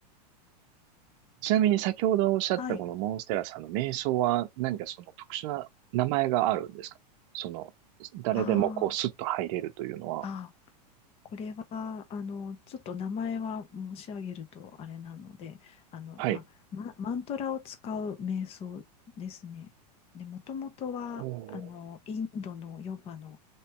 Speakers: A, on the right (about 50°); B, on the left (about 30°).
A: い。ちなみに先ほどおっしゃってたこのモンステラさんの瞑想は何かその特殊な名前があるんですかその、
B: はい。
A: 誰でもこうスッと入れるというのは。
B: あーあこれはあのちょっと名前は申し上げるとあれなのであのあ、
A: はい。
B: ま、マントラを使う瞑想ですね。でもともとはあのインドのヨガの、
A: おー